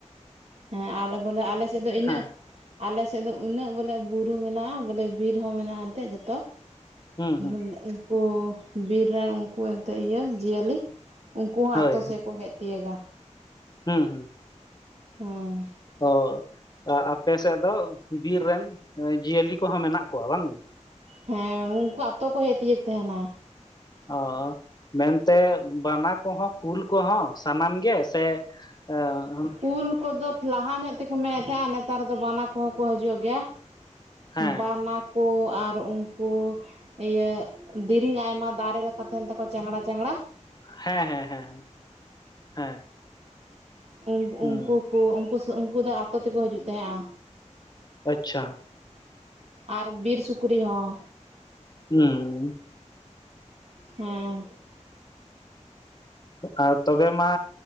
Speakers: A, on the right; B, on the left.
A: ᱦᱮᱸ ᱟᱨ ᱵᱚᱞᱮ ᱟᱞᱮ ᱥᱮᱜ ᱫᱚ ᱤᱱᱟᱹᱼᱼ
B: ᱦᱮᱸ
A: ᱟᱞᱮ ᱥᱮᱜ ᱫᱚ ᱩᱱᱟᱹᱜ ᱵᱚᱞᱮ ᱵᱩᱨᱩ ᱢᱮᱱᱟᱜ-ᱟ ᱵᱚᱞᱮ ᱵᱤᱨ ᱦᱚᱸ ᱢᱮᱱᱟᱜ-ᱟ᱾ ᱮᱱᱛᱮᱜ ᱡᱚᱛᱚ
B: ᱦᱩᱸ ᱦᱩᱸ
A: ᱢᱚᱱᱮ ᱩᱱᱠᱩ ᱵᱤᱨ ᱨᱮᱱ ᱩᱱᱠᱩ ᱮᱱᱛᱮᱜ ᱤᱭᱟᱹ ᱡᱤᱭᱟᱹᱞᱤᱼᱼ ᱩᱱᱠᱩ ᱦᱚᱸ
B: ᱦᱳᱭ
A: ᱟᱛᱳ ᱥᱮᱜ ᱠᱚ ᱦᱮᱡ ᱛᱤᱭᱟᱹᱜᱟ᱾
B: ᱦᱩᱸ ᱦᱩᱸ᱾
A: ᱦᱩᱸ᱾
B: ᱚ ᱟ ᱟᱯᱮ ᱥᱮᱜ ᱫᱚ ᱵᱤᱨ ᱨᱮᱱ ᱮᱸ ᱡᱤᱭᱟᱹᱞᱤ ᱠᱚᱦᱚᱸ ᱢᱮᱱᱟᱜ ᱠᱚᱣᱟ ᱵᱟᱝ?
A: ᱦᱮᱸ ᱩᱱᱠᱩ ᱟᱛᱳ ᱠᱚ ᱦᱮᱡ ᱛᱤᱭᱟᱹᱜᱽ ᱛᱮᱦᱮᱸᱱᱟ᱾
B: ᱚᱻ᱾ ᱢᱮᱱᱛᱮ ᱵᱟᱱᱟ ᱠᱚᱦᱚᱸ ᱠᱩᱞ ᱠᱚᱦᱚᱸ ᱥᱟᱱᱟᱢ ᱜᱮ ᱥᱮ ᱚᱸᱻᱼᱼ
A: ᱠᱩᱞ ᱠᱚᱫᱚ ᱞᱟᱦᱟ ᱧᱚᱜᱼᱼ ᱛᱮᱠᱚ ᱢᱮᱱᱮᱫ ᱛᱮᱦᱮᱸᱱᱟ ᱱᱮᱛᱟᱨ ᱫᱚ ᱵᱟᱱᱟ ᱠᱚᱦᱚᱸ ᱠᱚ ᱦᱟᱹᱡᱩᱜ ᱜᱮᱭᱟ,
B: ᱦᱮᱸ
A: ᱵᱟᱱᱟᱠᱼᱼ ᱠᱚ ᱟᱨ ᱩᱱᱠᱩᱼᱼ ᱤᱭᱟᱹ ᱫᱤᱨᱤᱧ ᱟᱭᱢᱟ ᱫᱟᱨᱮ ᱨᱮᱠᱟ ᱛᱟᱦᱮᱱ ᱛᱟᱠᱚᱣᱟ ᱪᱟᱝᱜᱽᱲᱟ ᱪᱟᱝᱜᱽᱲᱟᱼᱼ
B: ᱦᱮᱸ ᱦᱮᱸ ᱦᱮᱸ ᱦᱮᱸ, ᱦᱮᱸ᱾
A: ᱩᱱᱠ
B: ᱦᱩᱸ
A: ᱩᱱᱠᱩ ᱠᱩ ᱩᱱᱠᱩ ᱥᱩ ᱩᱱᱠᱩ ᱫᱚ ᱟᱛᱳ ᱛᱮᱠᱚ ᱦᱟᱹᱡᱩᱜ ᱛᱮᱦᱮᱸᱜ-ᱟ᱾
B: ᱟᱪᱪᱷᱟ
A: ᱟᱨ ᱵᱤᱨ ᱥᱩᱠᱨᱤ ᱦᱚᱸᱼᱼ
B: ᱦᱩᱸᱻ᱾
A: ᱦᱮᱸᱻ᱾
B: ᱟᱨ ᱛᱚᱵᱮ ᱢᱟ